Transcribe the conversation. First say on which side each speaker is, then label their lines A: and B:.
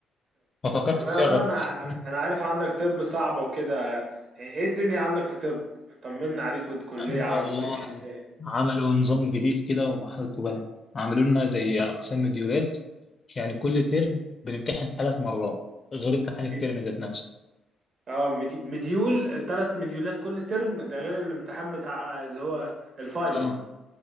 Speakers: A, on the left; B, on the right.
A: ما فكرتش
B: تمام
A: في شغفه
B: انا
A: <laughs>
B: انا عارف عندك طب صعبه وكده ايه الدنيا عندك في طب طمنا عليك والكليه
A: والله
B: عم تمشي ازاي
A: عملوا نظام جديد كده وحالته بلا عملوا لنا زي أقسام مديولات يعني كل ترم بنمتحن ثلاث مرات غير امتحان الترم
B: مد...
A: ذات نفسه
B: اه مدي... مديول ثلاث مديولات كل ترم ده غير الامتحان بتاع اللي هو الفاينل
A: اه